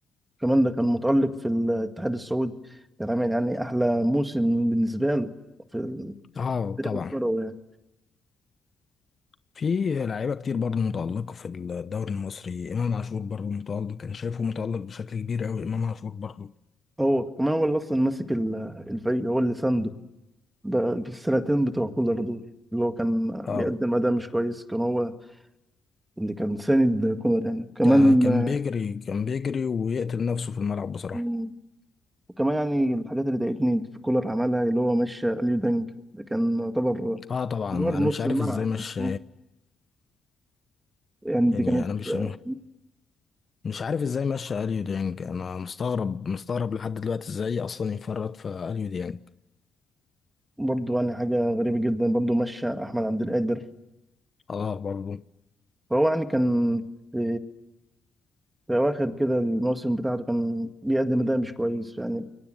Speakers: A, on the right; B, on the left.
A: كمان ده كان متألق في الاتحاد السعودي كان عامل يعني احلى موسم بالنسبة له في
B: اه
A: الفريق
B: طبعا
A: الكروي يعني
B: في لعيبة كتير برضه متألقة في الدوري المصري إمام عاشور برضه متألق كان شايفه متألق بشكل كبير أوي إمام عاشور برضه
A: هو كمان هو اللي اصلا ماسك ال- الفريق هو اللي سانده ب- بالسنتين بتوع كولر دول اللي هو كان
B: آه،
A: بيقدم أداء مش كويس كان هو اللي كان ساند كولر يعني كمان
B: كا- كان
A: آه،
B: بيجري كان بيجري ويقتل نفسه في الملعب بصراحة
A: مم. وكمان يعني الحاجات اللي ضايقتني في كولر عملها اللي هو مشى أليو دانج ده كان يعتبر
B: اه طبعا
A: جوهر
B: انا
A: نص
B: مش عارف
A: الملعب
B: ازاي مش
A: مم. يعني
B: يعني
A: دي كانت
B: انا مش
A: آه،
B: مش عارف ازاي مشى اليو ديانج انا مستغرب مستغرب لحد دلوقتي ازاي اصلا يفرط في اليو ديانج
A: برضو يعني حاجة غريبة جدا برضو مشى أحمد عبد القادر
B: اه برضه
A: فهو يعني كان في, في أواخر كده الموسم بتاعته كان بيقدم أداء مش كويس يعني